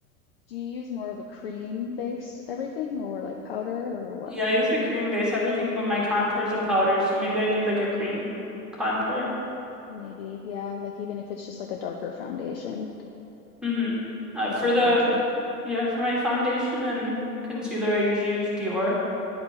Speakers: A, on the left (about 40°); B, in the centre.
A: Do you use more of a cream-based everything or like powder or what?
B: Yeah, I use a cream base everything but my contour is a powder, so maybe I need like a cream contour.
A: Maybe, yeah, like even if it's just like a darker foundation
B: Mm-hmm. Uh,
A: as
B: for
A: your contour.
B: the yeah, for my foundation and concealer I usually use Dior.